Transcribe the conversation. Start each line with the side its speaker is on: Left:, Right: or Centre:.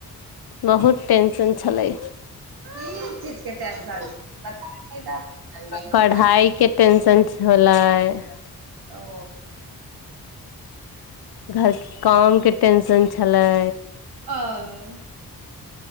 Left: बहुत टेंशन छलेए
Right: की चीज के टेंशन छै बताबै तब ने जानबै हम
Left: पढ़ाई
Right: आर
Left: के टेंशन छलैए <inaudible>
Right: ओ
Left: घरके काम के टेंशन छलै
Right: आ